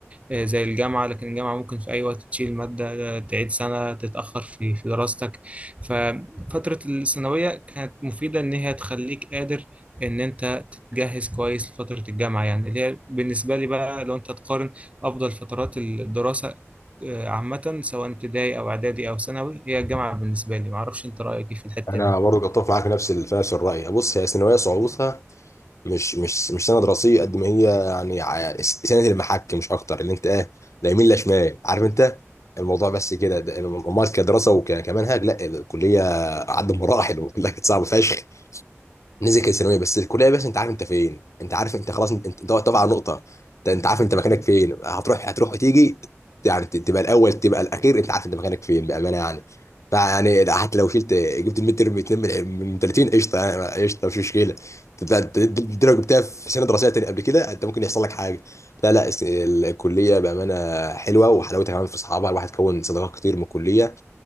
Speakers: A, on the right; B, on the left.
A: آه، زي الجامعة لكن الجامعة ممكن في أي وقت تشيل مادة آه، تعيد سنة تتأخر في في دراستك ففترة الثانوية كانت مفيدة إن هي تخليك قادر إن أنت جهز كويس لفترة الجامعة يعني اللي هي بالنسبة لي بقى لو أنت تقارن أفضل فترات الدراسة آه، عامة سواء ابتدائي أو إعدادي أو ثانوي هي الجامعة بالنسبة لي معرفش أنت رأيك إيه في الحتة
B: انا
A: دي
B: برضه بتفق معاك نفس ال- في نفس الراي بص هي ثانويه صعوبتها مش مش مش سنه دراسيه قد ما هي يعني ع- سنه المحك مش اكتر اللي انت ايه لا يمين لا شمال عارف انت الموضوع بس كده ده- امال كدراسه وكمنهج لا الكليه عدى مراحل وكلها كانت صعبه فشخ نزل كان ثانويه بس الكليه يا باشا انت عارف انت فين انت عارف انت خلاص انت انت انت واقف على نقطه انت انت عارف انت مكانك فين هتروح هتروح وتيجي يعني ت- تبقى الاول تبقى الاخير انت عارف انت مكانك فين بامانه يعني فيعني ده حتى لو شلت جبت الميد تيرم اتنين من من 30 قشطه يعني قشطه مش مشكله انت انت- انت لو جبتها في سنه دراسيه تاني قبل كده انت ممكن يحصل لك حاجه لا لا الس- الكليه بامانه حلوه وحلاوتها كمان في اصحابها الواحد كون صداقات كتير من الكليه